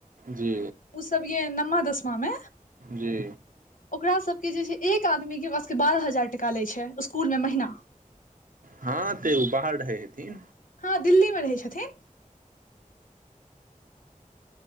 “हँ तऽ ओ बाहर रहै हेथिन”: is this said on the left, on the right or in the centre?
Right